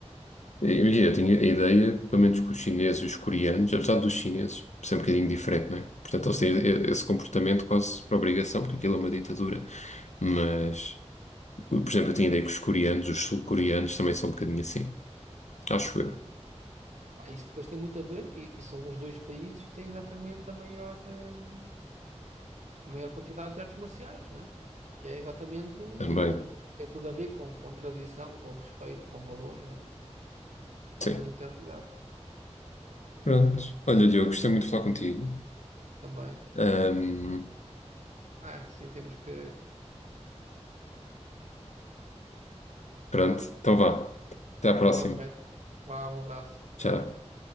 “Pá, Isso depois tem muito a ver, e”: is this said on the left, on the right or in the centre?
Right